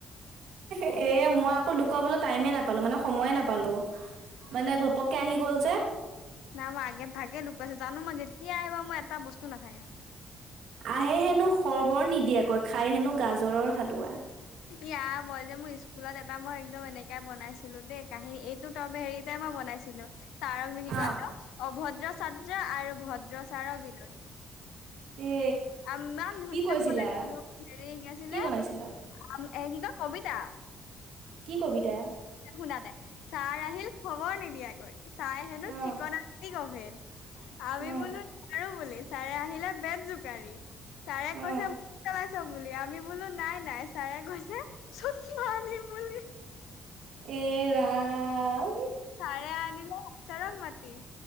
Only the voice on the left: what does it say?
নাই মই আগে ভাগে লুকাইছো জানো মই যেতিয়া আহিবা মোৰ এটা বস্তু নাথাকে
য়া মই যে মোৰ স্কুলত এটা মই একদম এনেকে বনাইছিলো দেই কাহিনী এইটোত হেৰিতে মই বনাইছিলো ছাৰকনো কি
কয়ো অভদ্ৰ চাদ ভদ্ৰা আৰু ভদ্ৰচাৰ বিললৈ
আ ইমান ধুনীয়াখননছিলো
হেৰি আছিলে
আ এ কি কয় কবিতা
শুনা নাই ছাৰ আহিল খবৰ নিদিয়াকৈ ছাই হেনো
টিকনা গভেদ আমি
বোলো নাৰো বুলি ছাৰে আহিলে বেত জোকাৰি চাৰে
কোইছে বুলি আমি বোলো নাই নাই ছাৰে কৈছে চুত কি বুলি
ছাৰে আনিলে ছাৰক মাতি